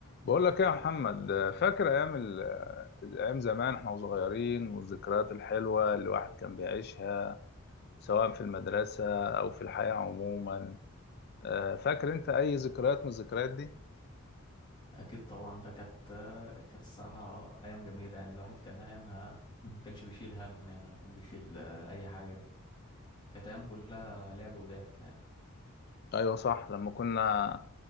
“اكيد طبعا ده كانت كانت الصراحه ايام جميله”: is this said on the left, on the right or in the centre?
Left